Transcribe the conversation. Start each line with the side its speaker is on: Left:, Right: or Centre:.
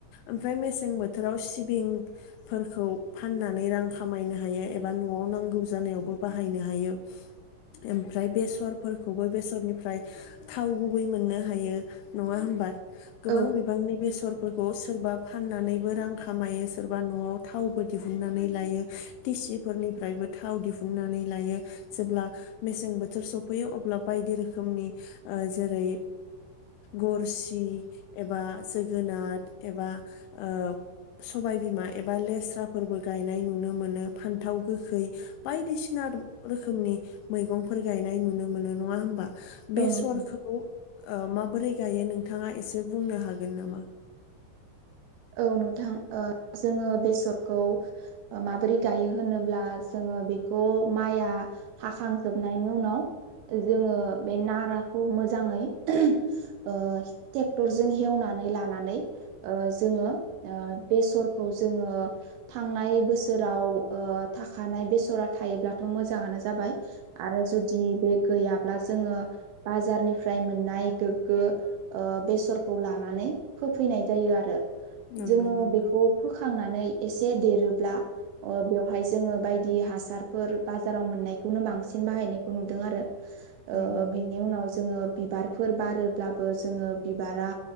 Left: ओमफ्राय मेसें बोथोराव सुबुंफोरखौ फान नानै रां खामायनो हायो एबा न'आव नांगौ जानायावबो बाहायनो हायो। ओमफ्राय बेसरफोरखौबो बेसरनिफ्राय थाव गुबै मोननो हायो नङा होमबा? गोबां
Right: औ
Left: बिबांनि बेसर फोरखौ सोरबा फाननानैबो रां खामायो सोरबा न'आव थावबो दिहुननानै लायो टे सिनिफ्रायबो थाव दिहुननानै लायो जेब्ला मेसें बोथोर सफैयो अब्ला बायदि रोखोमनि जेरै गुरसि एबा जोगोनार एबा ओ सबायबिमा एबा लेस्राफोरबो गायनाय नुनो मोनो फान्थाव गोखै बायदिसिना आद रोखोमनि मैगंफोर गायनाय नुनो मोनो नङा होमबा? बे
Right: औ नोंथां
Left: सरखौ ओ माबोरै गायो नोंथाङा एसे बुंनो हागोन नामा?
Right: औ नोंथां जोङो बेसरखौ माबोरै गायो होनोब्ला जों ओ बेखौ माइआ हाखांजोबनायनि उनाव जोङो बे नाराखौ मोजाङै ओ ट्रेक्टरजों हेवनानै लानानै ओ जोङो ओ बेसरखौ जोङो थांनाय बोसोराव ओ थाखानाय बेसरा थायोब्लाथ' मोजाङानो जा जाबाय आरो जुदि बे गैयाब्ला जोङो बारनिफ्राय मोननाय गोग्गो ओ बेसरखौ लानानै नै फोफैनाय जायो आरो
Left: नंगौ
Right: जोङो
Left: नोंथां
Right: बेखौ फोखांनानै एसे देरोब्ला बेवहाय जोङो बायदि हासारफोर बाजाराव मोननायखौनो बांसिन बाहायनायखौ नुदों आरो ओ
Left: नंगौ
Right: बिनि उनाव जोङो बिबारफोर बारोब्लाबो जोङो बिबारा